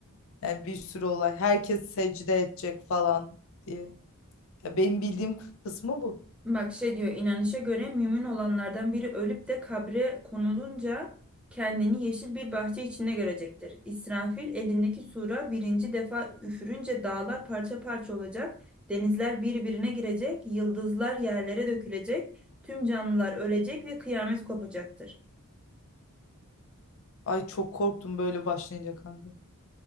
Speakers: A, on the left; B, in the centre.
A: yani bir sürü olay. Herkes secde edecek falan diye. Ya benim bildiğim kısmı bu.
B: Bak şey diyor inanışa göre mümin olanlardan biri ölüp de kabre konulunca kendini yeşil bir bahçe içinde görecektir. İsrafil elindeki sura birinci defa üfürünce dağlar parça parça olacak, denizler birbirine girecek, yıldızlar yerlere dökülecek, tüm canlılar ölecek ve kıyamet kopacaktır.
A: Ay çok korktum böyle başlayınca kanka.